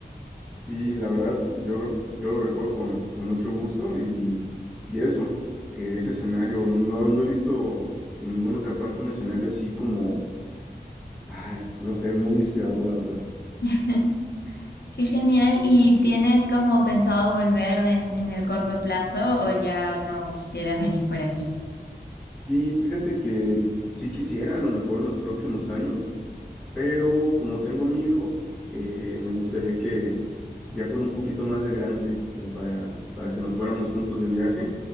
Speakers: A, in the centre; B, on the left (about 75°).
A: Sí, la verdad, yo, lo- yo lo recuerdo con, con mucho gusto y, y eso, eh, ese escenario, no, no he visto en ninguna otra parte un escenario así como, ay, no sé, muy inspirador, la verdad.
B: <laughs> Qué genial. ¿Y tienes como pensado volver en, en el corto plazo o ya no quisieras venir por aquí?
A: Sí, fíjate que sí quisiera, a lo mejor en los próximos años, pero como tengo a mi hijo, eh, me gustaría que ya fuera un poquito más de grande, como para, para que nos fuéramos juntos de viaje,